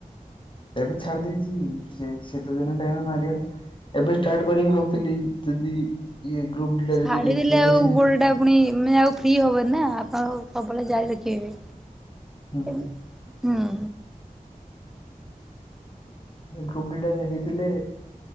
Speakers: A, on the left; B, in the centre.
A: ଏବେ ଛାଡି ଦେଇେଇଛି ସେ ଶୀତ ଦିନ ଟାଇମରେ ମାରିବଲା ଏବେ ଷ୍ଟାର୍ଟ କରିକି ଭାବୁଥିଲି ଯଦି ଇ ଗ୍ରପ ଡିା
B: ଛାଡି
A: ଯ
B: ଦେଲେ ଆଉ ଗୋଡଟା ପୁଣି ଆଉ ଫ୍ରି ହବନି ନା ଆପଣ ସବୁବେଳେ ଜାର ରଖବେ
A: ହୁଁ
B: ହଁ
A: ଗ୍ରପ ଡିା ହେଇଥିଲୋ